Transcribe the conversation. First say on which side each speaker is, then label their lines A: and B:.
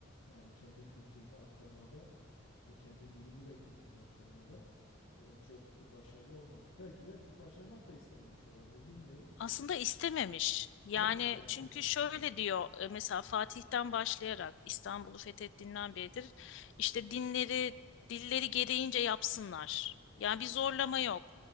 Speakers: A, on the left; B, on the left.
A: yani kendi kültürünü aktarmada ve kendi dilini ve kültürünü aktarmada e, çok başarılı olmamış. Belki de başarmak da istememiş olabilir bilmiyoruz.
B: Aslında istememiş. Yani
A: Evet yani
B: çünkü
A: hani
B: şöyle diyor e, mesela Fatih'ten başlayarak İstanbul'u fethettiğinden beridir işte dinleri dilleri gereğince yapsınlar. Yani bir zorlama yok.